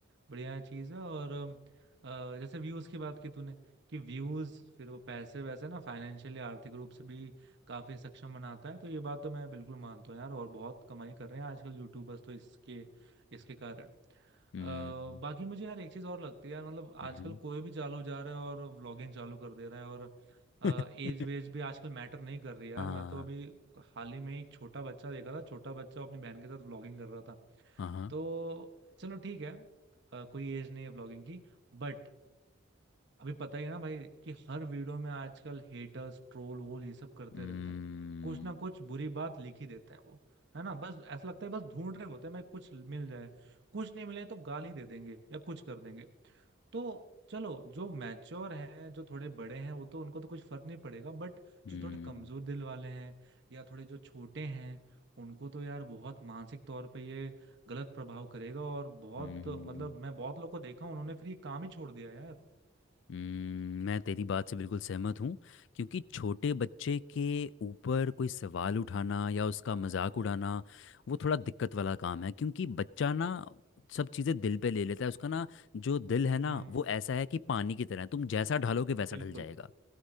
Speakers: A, on the right; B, on the left.
A: बढ़िया चीज है और अ, जैसे व्यूज की बात की तूने कि व्यूज फिर वो पैसे वैसे ना फाइनेंशियली आर्थिक रूप से भी काफी सक्षम बनाता है तो ये बात तो मैं बिल्कुल मानता हूँ यार और बहुत कमाई कर रहे हैं आजकल यूट्यूबर्स तो इसके इसके कारण
B: हम्म
A: अ, बाकी मुझे यार एक चीज और लगती है यार मतलब
B: हम्म,
A: आजकल कोई भी चालू जा रहा है और व्लॉगिंग चालू कर दे रहा है और
B: <laughs>
A: एज वेज भी आजकल मैटर नहीं कर रही है यार
B: हाँ
A: मैं तो अभी हाल ही में एक छोटा बच्चा देखा था छोटा बच्चा अपनी बहन के साथ व्लॉगिंग कर रहा था
B: हाँ हाँ,
A: तो चलो ठीक है अ, कोई एज नहीं है व्लॉगिंग की बट अभी पता ही है ना भाई कि हर वीडियो में आजकल हेटर्स ट्रोल वोल ये सब करते
B: हम्म
A: रहते हैं कुछ ना कुछ बुरी बात लिख ही देते हैं वो है ना बस ऐसा लगता है बस ढूंढ रहे होते हैं भाई कुछ मिल जाए कुछ नहीं मिले तो गाली दे देंगे या कुछ कर देंगे तो चलो जो मैच्योर हैं जो थोड़े बड़े हैं वो तो उनको तो कुछ फर्क नहीं पड़ेगा बट
B: हम्म
A: जो थोड़े कमजोर दिल वाले हैं या थोड़े जो छोटे हैं उनको तो यार बहुत मानसिक तौर पे ये गलत प्रभाव करेगा और बहुत
B: हम्म
A: मतलब मैं बहुत लोग को देखा उन्होंने फिर ये काम ही छोड़ दिया यार
B: हम्म, मैं तेरी बात से बिल्कुल सहमत हूँ क्योंकि छोटे बच्चे के ऊपर कोई सवाल उठाना या उसका मजाक उड़ाना वो थोड़ा दिक्कत वाला काम है क्योंकि बच्चा ना सब चीज़ें दिल पे ले लेता है उसका ना जो दिल है ना
A: हम्म
B: वो ऐसा है कि पानी की तरह है, तुम जैसा ढालोगे वैसा
A: बिल्कुल
B: ढल जाएगा